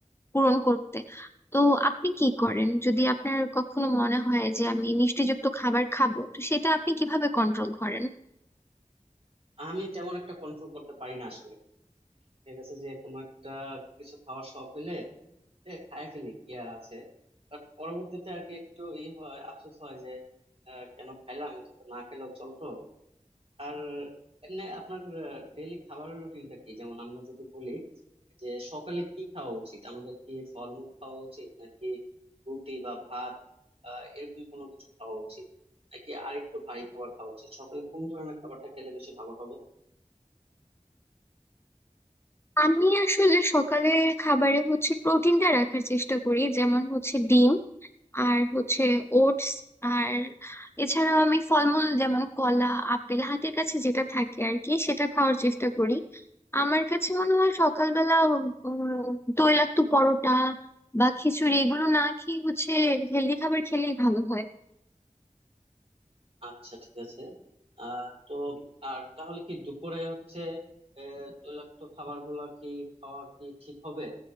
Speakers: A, on the left (about 20°); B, on the right (about 45°).
A: পূরণ করতে তো আপনি কি করেন যদি আপনার কখনো মনে হয় যে আমি মিষ্টিযুক্ত খাবার খাবো তো সেটা আপনি কিভাবে কন্ট্রোল করেন
B: আমি তেমন একটা কন্ট্রোল করতে পারি না আসলে ঠিক আছে যে কোনো একটা কিছু খাওয়ার শখ হইলে এ, খায় ফেলি কি আর আছে বাট পরবর্তীতে আর কি একটু ই হয় আফসোস হয় যে আহ, কেন খাইলাম এটা তো না খেলেও চলতো আর এমনি আপনার ডেইলি খাবারের রুটিনটা কি যেমন আমরা যদি বলি যে সকালে কি খাওয়া উচিত আমাদের কি ফলমূল খাওয়া উচিত নাকি রুটি বা ভাত আহ, এরকম কোনো কিছু খাওয়া উচিত নাকি আরেকটু ভারী খাবার খাওয়া উচিত সকালে কোন ধরনের খাবারটা খেলে বেশি ভালো হবে
A: আমি আসলে সকালের খাবারে হচ্ছে প্রোটিনটা রাখার চেষ্টা করি যেমন হচ্ছে ডিম আর হচ্ছে ওটস আর এছাড়াও আমি ফলমূল যেমন কলা আপেল হাতের কাছে যেটা থাকে আর কি সেটা খাওয়ার চেষ্টা করি আমার কাছে মনে হয় সকালবেলা উম, তৈলাক্ত পরোটা বা খিচুড়ি এগুলো না খেয়ে হচ্ছে হেলদি খাবার খেলেই ভালো হয়
B: আচ্ছা ঠিক আছে আহ তো আর তাহলে কি দুপুরে হচ্ছে আহ, তৈলাক্ত খাবার গুলা কি খাওয়া কি ঠিক হবে